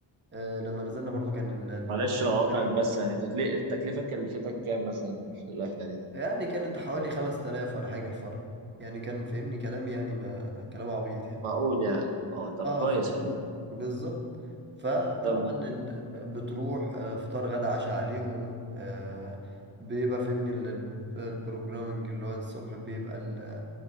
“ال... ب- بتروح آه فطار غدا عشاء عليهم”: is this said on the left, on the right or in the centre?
Right